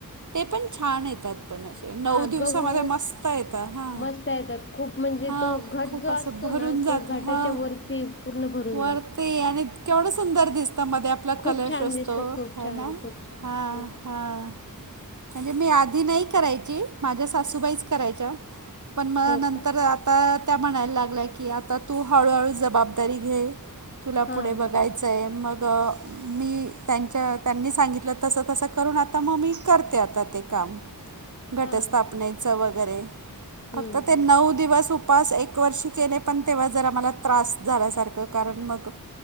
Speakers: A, on the right; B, on the left.
A: ते पण छान येतात! पण असे, नऊ
B: हा
A: दिवसामध्ये
B: गहू
A: मस्त येतं! हा,
B: मस्त येतात खूप म्हणजे
A: हा,
B: तो घट
A: खूप
B: जो
A: असं
B: असतो
A: भरून
B: ना
A: जातं,
B: तो घटाच्या
A: ह.
B: वरती पूर्ण भरून
A: वरती
B: जातो.
A: आणि केवढं सुंदर दिसतं! मध्ये आप ला
B: खूप
A: कलश
B: छान
A: असतो
B: दिसतं खूप
A: है
B: छान
A: ना?
B: खूप छान
A: हा,
B: हो
A: हा. म्हणजे मी आधी नाही करायची, माझ्या सासूबाईच करायच्या. पण मग
B: हो
A: नंतर
B: का
A: आता त्या म्हणायला लागल्या की, आता तू हळूहळू जबाबदारी घे. तुला पुढे
B: हां
A: बघायच
B: हां
A: ते मग मी त्यांच्या, त्यांनी सांगितलं तसं, तसं करून, आता मग मी करते आता ते काम, घटस्थापनेचं
B: हां का
A: वगैरे.
B: हम्म
A: फक्त ते
B: हम्म
A: नऊ दिवस उपास, एक वर्षी केले. पण तेव्हा जरा मला त्रास झाल्यासारख कारण मग,